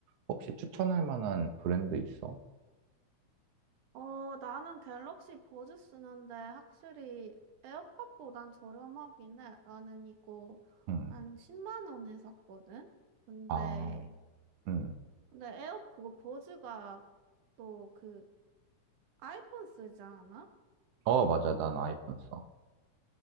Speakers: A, on the right; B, on the right.
A: 혹시 추천할 만한 브랜드 있어?
B: 어, 나는 갤럭시 버즈 쓰는데 확실히 에어팟보단 저렴하긴 해. 나는 이거
A: 응.
B: 한 10만 원에 샀거든? 근데,
A: 아, 응.
B: 근데 에어, 그거 버즈가 또 그 아이폰 쓰지 않아?
A: 어, 맞아. 난 아이폰 써.